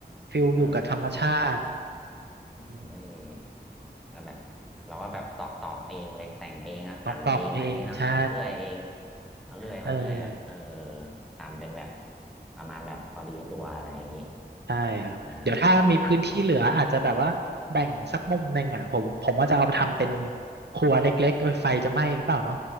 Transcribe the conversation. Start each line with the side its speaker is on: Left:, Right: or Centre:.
Right: ฟิลอยู่กับธรรมชาติ
Centre: เออ
Right: อืม
Centre: เอ้ยแล้วแบบเราก็แบบตอกตอกเองเลยแต่งเองอะหั่นเองอะไรอย่างงี้เนาะเลื่อยเอง
Right: ต้องปลอกเองใช่
Centre: เอาเลื่อยมาเลื่อยแบบเออ
Right: เออ
Centre: ทำเป็นแบบประมาณแบบพอดีตัวอะไรอย่างงี้
Right: ใช่ครับเดี๋ยวถ้ามีพื้นที่เหลืออาจจะแบบว่าแบ่งสักมุมหนึ่งอ่ะผมผมว่าจะเอาไปทำเป็น
Centre: อ่าตอกตอก
Right: ครัวเล็กๆเอ้ยไฟจะไหม้หรือเปล่าเนาะ